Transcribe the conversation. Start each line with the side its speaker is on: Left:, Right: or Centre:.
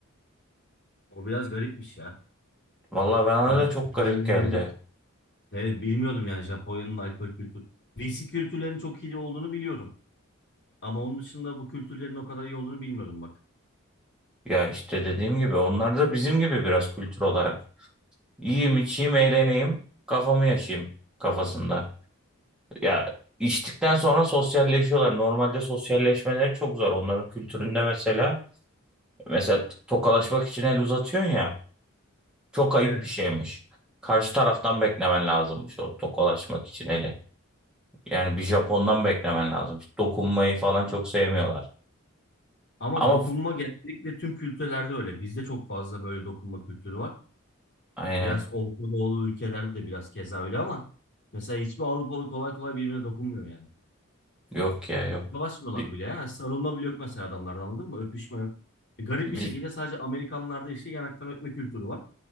Left: O biraz garipmiş ya.
Centre: Vallahi bana
Left: Ben
Centre: da çok
Left: bilmiyordum.
Centre: garip geldi.
Left: Evet bilmiyordum yani Japonya'nın alkol kültürü. Viski kültürlerinin çok iyi olduğunu biliyorum. Ama onun dışında bu kültürlerin o kadar iyi olduğunu bilmiyordum bak.
Centre: Ya işte dediğim gibi onlar da bizim gibi biraz kültür olarak. Yiyeyim, içeyim, eğleneyim, kafamı yaşayayım kafasında. Ya içtikten sonra sosyalleşiyorlar. Normalde sosyalleşmeleri çok zor onların kültüründe mesela. Mesela tokalaşmak için el uzatıyorsun ya. Çok ayıp
Left: Evet.
Centre: bir şeymiş. Karşı taraftan beklemen lazımmış o tokalaşmak için eli. Yani bir Japon'dan beklemen lazım. Dokunmayı falan çok sevmiyorlar.
Left: Ama
Centre: Ama
Left: dokunma
Centre: f-
Left: genellikle tüm kültürlerde öyle. Bizde çok fazla böyle dokunma kültürü var.
Centre: aynen
Left: Yani biraz Orta Doğulu ülkelerde de biraz keza öyle ama mesela hiçbir Avrupalı kolay kolay birbirine dokunmuyor yani.
Centre: yok ya yok.
Left: Tokalaşmıyorlar
Centre: Bi-
Left: bile. ya. Yani sarılma bile yok mesela adamlarda anladın mı? Öpüşme yok. E, Garip
Centre: Biz,
Left: bir şekilde sadece Amerikanlarda işte yanaktan öpme kültürü var.